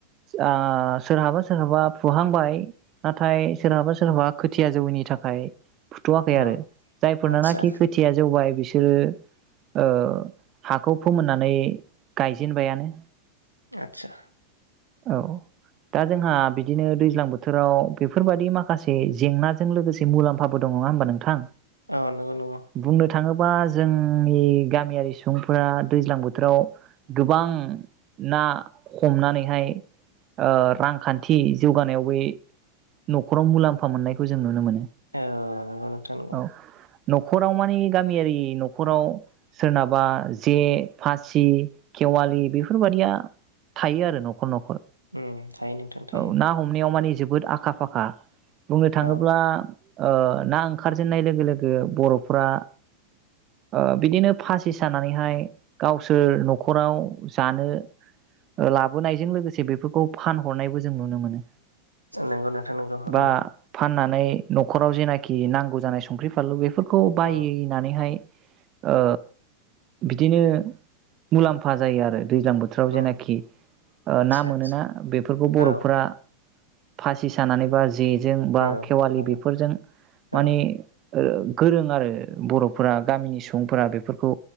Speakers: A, on the right; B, on the left.
A: आ सोरहाबा सोरहाबा फुहांबाय नाथाय सोरहाबा सोरहाबा खोथिया जौैनि थाखाय फुथ'वाखै
B: अ
A: आरो जायफोरनाखि
B: आदसा
A: खोथिया जौबाय बिस बिसोरो ओ हा खौ फोमोननानै गायजेनबायानो।
B: आतसा।
A: औ दा जोंहा बिदिनो दैज्लां बोथोराव बेफोरबादि माखासे जेंनाजों लोगोसे मुलाम्फाबो दं नङा होमबा नोंथां?
B: औ नंगौ नंगौ।
A: बुंनो थाङोबा जोंनि गामियारि सुबुं फोरा दैज्लां बोथोराव गोबां ना हमनानैहाय ओ रांखान्थि जौगानायाव बे न'खराव मुलाम्फा मोननायखौ जों नुनो मोनो।
B: औ नंगौ नोंथां नंगौ।
A: औ न'खराव मानि गामियारि न'खराव सोरनाबा जे फासि खेवालि बेफोरबायदिया थायो आरो न'खर न'खर।
B: उम थायो नोंथां थायो
A: औ ना हमनायाव माने जोबोद आखा फाखा। बुंनो थाङोब्ला
B: औ
A: ओ ना ओंखारजेननाय लोगो लोगो बर'फोरा ओ बिदिनो फासि साना नैहाय गावसोर न'खराव जानो लाबोनायजों लोगोसे बेफोरखौ फानहरनायबो जों नुनो मोनो।
B: नंगौ नोंथां नंगौ
A: बा
B: औ।
A: फाननानै न'खराव जेनाखि नांगौ जानाय संख्रि फानलु बे फोरखौ बायनानैहाय
B: औ
A: ओ बिदिनो मुलाम्फा जायो आरो। दैज्लां बोथोराव
B: औ
A: जेनाखि ओ
B: आदसा
A: ना मोनोना
B: आदसा
A: बेफोरखौ बर'फोरा
B: औ
A: फासि सानानै बा जेजों बा
B: औ
A: खेवालि
B: औ
A: बेफोरजों
B: औ
A: माने ओ गोरों आरो बर'फोरा गामिनि सुबुंफोरा बेफोरखौ